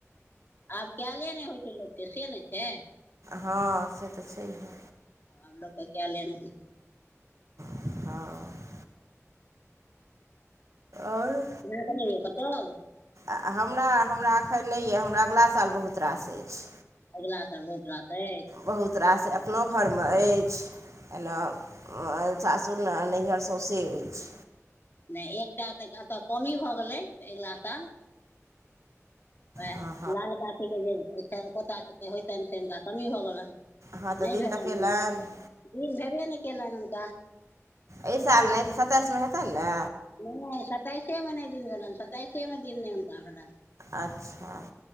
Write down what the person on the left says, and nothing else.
आब कएले नहि होइ छै लेतै से नहि छै
हाँ आब लोकके केएले नाय होय छै
न त नहि हए कतऽ <unintelligible>
अगिलाँ साल बहुत रासइ अछ
नहि एकटा तऽ कतऽ कमी भऽ गेलै अगिला साल आए
लाल कातीके जेनि पोताके होइततनि से हुनका कमी होऽ गेलनि
<unintelligible> नहि
भेलनि
दिन दिन भेबे नहि कयलनि हुनका
नहि सताइसे मे नहि दिन भेलनि सताइसे मे दिन नहि हुनका भेलनि